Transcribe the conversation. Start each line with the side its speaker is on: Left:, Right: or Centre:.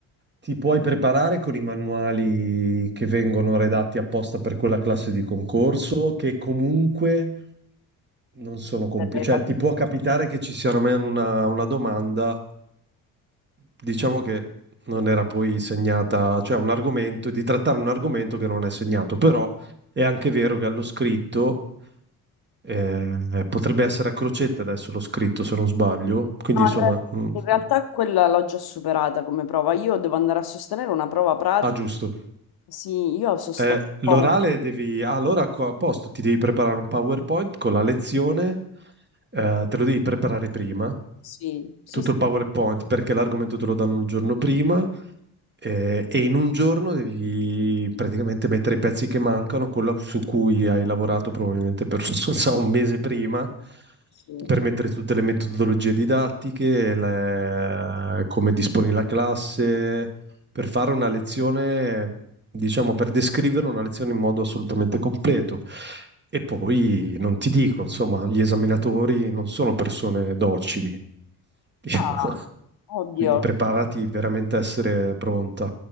Right: Ti puoi preparare con i manuali che vengono redatti apposta per quella classe di concorso, che comunque non sono completi.
Left: delle
Right: Cioè, ti può capitare che ci sia una, una una domanda, diciamo che non era poi segnata, cioè un argomento, di trattare un argomento che non è segnato, però è anche vero che allo scritto. Eh, eh, potrebbe essere a crocetta adesso l'ho scritto se non sbaglio, quindi
Left: No,
Right: insomma, mm,
Left: in realtà
Right: mm.
Left: quella l'ho già superata come prova. Io devo andare a sostenere una prova pratica.
Right: ah giusto,
Left: Sì, io sostengo.
Right: Eh, l'orale
Left: oh,
Right: devi... ah, allora co- a posto, ti devi preparare un PowerPoint con la lezione, eh, te lo devi preparare prima,
Left: Sì, sì,
Right: tutto
Left: sì.
Right: il PowerPoint, perché l'argomento te lo danno il giorno prima, eh, e in un giorno devi praticamente mettere i pezzi che mancano, quello su cui hai lavorato probabilmente per, <laughs> non so, un mese prima,
Left: sì.
Right: per mettere tutte le metodologie didattiche, le- come disponi la classe per fare una lezione, diciamo, per descrivere una lezione in modo assolutamente completo. E poi non ti dico, insomma, gli esaminatori non sono persone docili, <laughs>
Left: Ah, oddio,
Right: quindi preparati veramente a essere pronta.